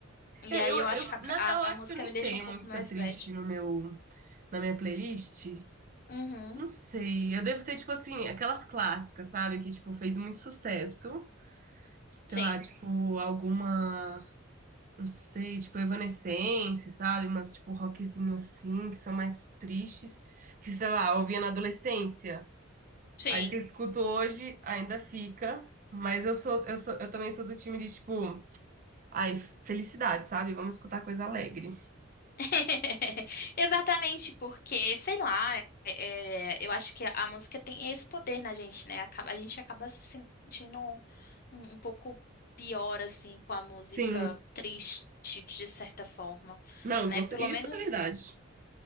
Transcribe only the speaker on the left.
E
aí
eu
acho que
a,
a,
a música
me deixa
um pouco
mais
bad.
Uhum,
sim,
sim.
<laughs> Exatamente, porque, sei lá, é, eu acho que a, música tem esse poder na gente, né? Acaba- a gente acaba se sentindo um, um pouco pior, assim, com a música
triste, de certa forma,
né?
Pelo
menos.